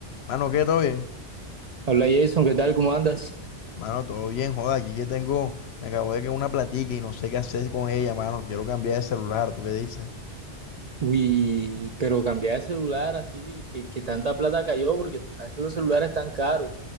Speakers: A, on the left; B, on the right.
A: Mano, ¿qué? ¿Todo bien?
B: Habla Jason, ¿qué tal? ¿Cómo andas?
A: Mano, todo bien, joda. Aquí que tengo, me acabo de caer una platica y no sé qué hacer con ella, mano. Quiero cambiar de celular, ¿tú qué dices?
B: Uy, pero cambiar de celular así, di- que, que tanta plata cayó, porque tú sabes que los celulares están caros.